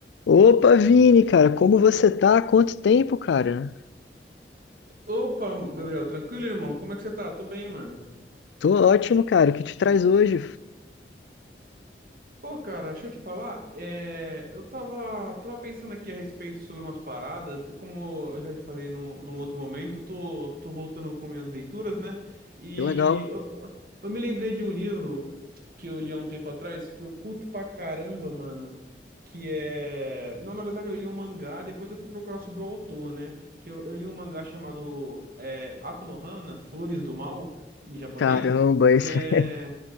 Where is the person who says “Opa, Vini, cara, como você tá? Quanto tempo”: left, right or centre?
Left